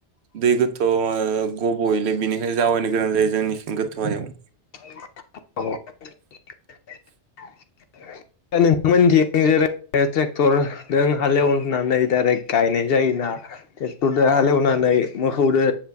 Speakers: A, on the right; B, on the left.
A: दै गोथौ ओ गब'योलै बेनिखाय जावायनो गोनां जायो जोंनिथिं गोथौ हायाव।
B: <unintelligible> दा नोंथांमोननिथिं जेरै ओ ट्रेक्टरदों हालेवनानै डाइरेक गायनाय जायोना ट्रेक्टरदो हालेवनानै <unintelligible> मोखौदो